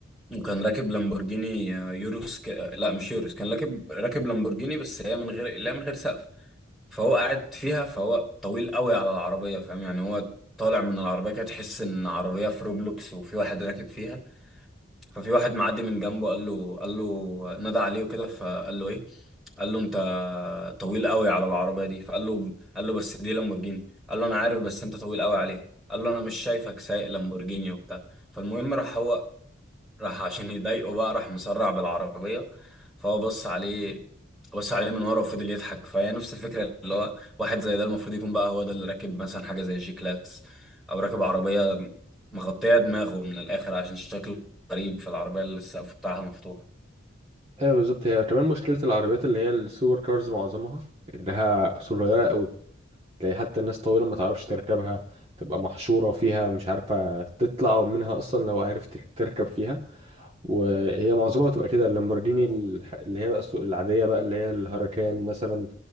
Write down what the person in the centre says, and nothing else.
وكان راكب لامبورجيني آه، يوروس ك... آه، لا مش يوروس كان راكب راكب لامبورجيني بس هي من غير لا من غير سقف فهو قاعد فيها فهو طويل قوي على العربية فاهم يعني هو طالع من العربية كده تحس ان عربية في روبلوكس وفي واحد راكب فيها ففي واحد معدي من جنبه قال له قال له نادى عليه وكده فقال له ايه قال له انت طويل قوي على العربية دي فقال له قال له بس دي لامبورجيني قال له انا عارف بس انت طويل قوي عليها قال له انا مش شايفك سايق لامبورجيني وبتاع فالمهم راح هو راح عشان يضايقه بقى راح مسرع بالعربية فهو بص عليه بص عليه من ورا وفضل يضحك فهي نفس الفكرة اللي هو واحد زي ده المفروض يكون بقى هو ده اللي راكب مثلا حاجة زي جي كلاس أو راكب عربية مغطية دماغه من الآخر عشان شكله غريب في العربية اللي السقف بتاعها مفتوح